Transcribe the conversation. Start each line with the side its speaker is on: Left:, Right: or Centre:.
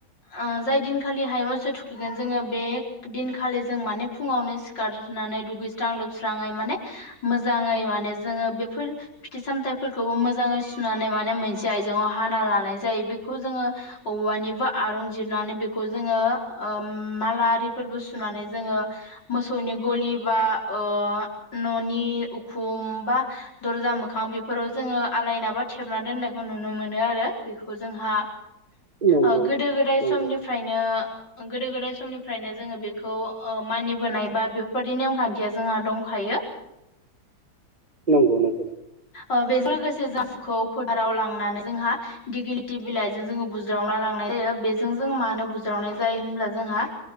Left: ओ जाय दिनखालिहाय मोसौ थुखैगोन जोङो बे दिनखालि जों माने फुङावनो सिखार नानै दुैगैसां लोबस्राै माने मोजाङै मान जोङो माने बेफोर फिथाइ सामथाय खौ मोजांयै सुनानै माने मोनसे आइजेंआव हाना लानाय जायो बेखौ जोङो औवानिबो आरं जिरनानै बे खौ जोङो माला आरि फोरबो सुनानै जोङो मोसौनि गलि बा ओ न'नि उखुम बा दरजा मोखां बेफोराव जोङो आलायनाबा थेबना दोननायखौ नुनो मोनो आरो बेखौ जोंहा
Right: नंगौ
Left: ओ गोदो-गोदाय
Right: नंगौ
Left: समनिफ्रायनो गोदो-गोदाय समनिफ्रायनो जोङो बेखौ ओ मानिबोनाय बा बेफोरबादि नेमखान्थिया जोंहा दंखायो।
Right: नंगौ-नं
Left: अ' बेजों लोगो से <unintelligible> फोथाराव लांनानै जोंहा दिगिलिटि बिलाइजों जोङो बुज्रावना लांनाय जायो बेजों जों मानो बुज्रावनाय जायो होनब्ला जोंहा